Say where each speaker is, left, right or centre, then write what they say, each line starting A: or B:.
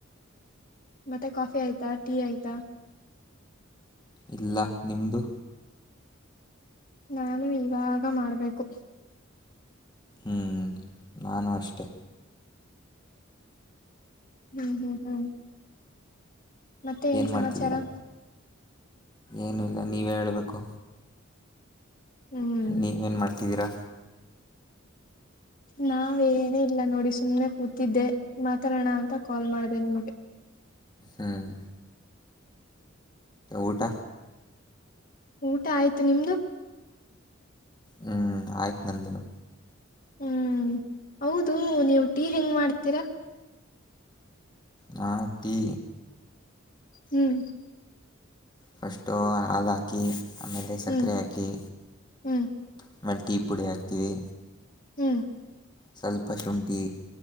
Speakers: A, on the left (about 45°); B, on the left (about 20°).
A: ಮತ್ತೆ ಕಾಫಿ ಆಯ್ತಾ ಟೀ ಆಯ್ತಾ
B: ಇಲ್ಲ ನಿಮ್ದು
A: ನಾನು ಇವಾಗ ಮಾಡ್ಬೇಕು
B: ಹ್ಮ್ ನಾನು ಅಷ್ಟೆ
A: ಹ್ಮ್ ಹ್ಮ್ ಹ್ಮ್ ಮತ್ತೆ ಏನ್
B: ಮಾಡ್ತಿದ್ದೀರಾ
A: ಸಮಾಚಾರ
B: ಏನು ಇಲ್ಲ ನೀವೇ ಹೇಳ್ಬೇಕು
A: ಹ್ಮ್
B: ನೀವೇನ್ ಮಾಡ್ತಿದ್ದೀರಾ
A: ನಾವೇನೇ ಇಲ್ಲ ನೋಡಿ ಸುಮ್ಮ್ನೆ ಕೂತಿದ್ದೆ ಮಾತಾಡೋಣ ಅಂತ ಕಾಲ್ ಮಾಡಿದೆ ನಿಮ್ಗೆ
B: ಹ್ಮ್. ಊಟ.
A: ಊಟ ಆಯ್ತು ನಿಮ್ದು
B: ಹ್ಮ್ ಆಯ್ತು ನಂದಿನ
A: ಹ್ಮ್ ಹೌದು ನೀವು ಟೀ ಹೆಂಗ್ ಮಾಡ್ತೀರಾ
B: ನಾವು ಟೀ
A: ಹ್ಮ್
B: ಫಸ್ಟು ಹಾಲು ಹಾಕಿ ಆಮೇಲೆ ಸಕ್ಕರೆ
A: ಹ್ಮ್
B: ಹಾಕಿ
A: ಹ್ಮ್
B: ಆಮೇಲೆ ಟೀ ಪುಡಿ ಹಾಕ್ತೀವಿ
A: ಹ್ಮ್
B: ಸ್ವಲ್ಪ ಶುಂಠಿ